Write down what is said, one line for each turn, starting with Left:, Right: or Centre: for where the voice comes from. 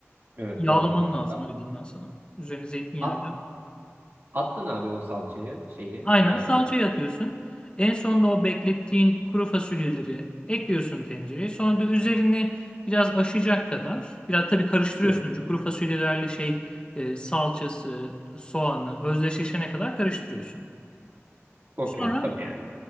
Right: Evet
Left: Yağlaman
Right: doğru.
Left: lazım
Right: Tamam.
Left: öyle diyeyim ben sana. Üzerine zeytinyağıyla
Right: At, attın abi o salçayı şeyi.
Left: Aynen
Right: e,
Left: salçayı atıyorsun. En sonda o beklettiğin kuru fasulyeleri ekliyorsun tencereye. Sonra da üzerini biraz aşacak kadar, biraz tabii karıştırıyorsun
Right: su.
Left: önce kuru fasulyelerle şey e, salçası, soğanı özdeşleşene kadar karıştırıyorsun.
Right: Okey
Left: Sonra
Right: tabii yani.